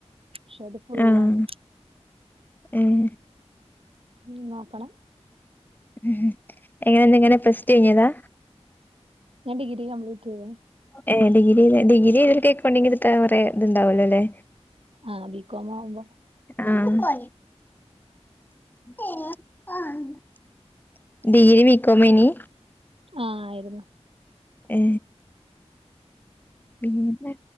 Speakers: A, on the right; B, on the left.
A: പക്ഷെ അത് ഫുള്ളാണ്
B: ആഹ് ഏഹ്
A: ഉം നോക്കണം
B: ഉം എങ്ങനെ എങ്ങനെ ഫസ്റ്റ് കഴിഞ്ഞതാ
A: ഞാൻ ഡിഗ്രി കംപ്ലീറ്റ് ചെയ്‌യാ.
B: ഏ ഡിഗ്രി ഡിഗ്രിതിവൽ എ കേഡിങ് ഇടതാ വോറേ ഇത് ഉണ്ടാവല്ലോ ല്ലേ?
A: ആഹ് ബികോം ആവുമ്പോ.
B: അഹ് <inaudible> ഡിഗ്രി ബീക്കോമേനീ?
A: ആഹ ആയിരുന്നു.
B: ഏ പിന്നെ